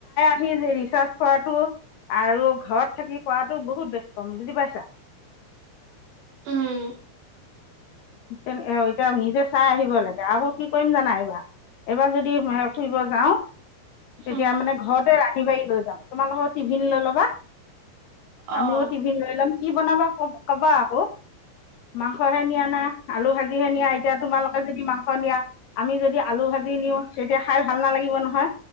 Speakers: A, on the left; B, on the right.
A: সি যে ৰিচাৰ্চ কৰাটো, আৰু ঘৰত থাকি কৰা টো বহুত ব্যস্ত বুজি পাইছা?
B: উম।
A: এ এতিয়া নিজে চাই আহিব লাগে। আকৌ কি কৰিম জানা এইবাৰ? এইবাৰ যদি ফুৰিব যাওঁ তেতিয়া
B: উম
A: মানে ঘৰতে ৰা <unintelligible> লৈ যাম তোমালোকৰ টিভিন লৈ ল'বা। আমিও
B: অ
A: তিভিন লৈ লম। কি বনাবা ক কবা আকৌ। মাং সহে নিয়া নে? আলু ভাজি হে নিয়া এতিয়া তোমালোকে যদি মাংস নিয়া, আমি যদি আলু ভাজি নিওঁ। তেতিয়া খাই ভাল নালাগিব নহয়।